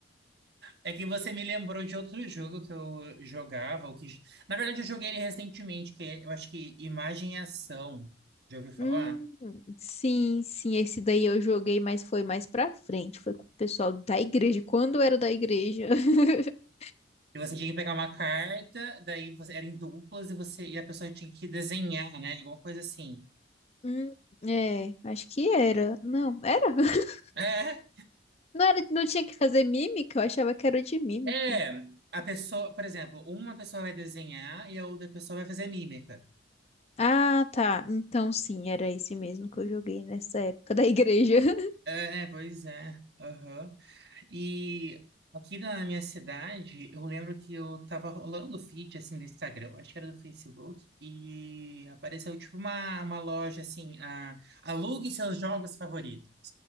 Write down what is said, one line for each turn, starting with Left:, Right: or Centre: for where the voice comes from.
Right: É que você me lembrou de outro jogo que eu jogava, ou que... Na verdade, eu joguei ele recentemente, que é- eu acho que Imagem e Ação. Já ouviu falar?
Left: Hum, sim, sim, esse daí eu joguei, mas foi mais pra frente. Foi com o pessoal da igreja, quando eu era da igreja. <laughs>
Right: E você tinha que pegar uma carta, daí você era em duplas e você e a pessoa tinha que desenhar, né? Alguma coisa assim.
Left: Hum, é, acho que era. Não, era? <laughs>
Right: É,
Left: Não era, não tinha que fazer mímica? Eu achava que era o de mímica.
Right: é. A pessoa, por exemplo, uma pessoa vai desenhar e a outra pessoa vai fazer mímica.
Left: Ah, tá. Então sim, era esse mesmo que eu joguei nessa época da igreja. <laughs>
Right: É, é, pois é. Aham. E aqui na minha cidade, eu lembro que eu tava rolando o feed, assim, do Instagram, eu acho que era do Facebook, e apareceu, tipo, uma, uma loja, assim, a, alugue seus jogos favoritos.